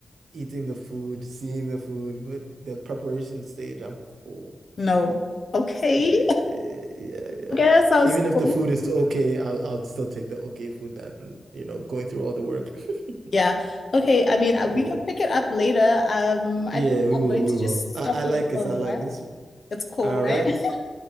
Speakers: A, on the right; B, on the left.
A: eating the food, seeing the food, but the preparation stage, I'm cool.
B: no. Okay.
A: Yeah, yeah, yeah, yeah.
B: Okay, that sounds
A: Even if
B: cool.
A: the food is okay, I'll, I'll still take the okay food than, you know, going through all the work. <laughs>
B: Yeah. Okay. I mean, uh, we
A: Yeah.
B: can pick it up later. Um, I
A: Yeah,
B: think
A: we
B: I'm
A: will,
B: going to
A: we
B: just
A: will. I,
B: stop here
A: I like this.
B: for a
A: I
B: while.
A: like this.
B: It's cool,
A: All
B: right?
A: right.
B: <laughs>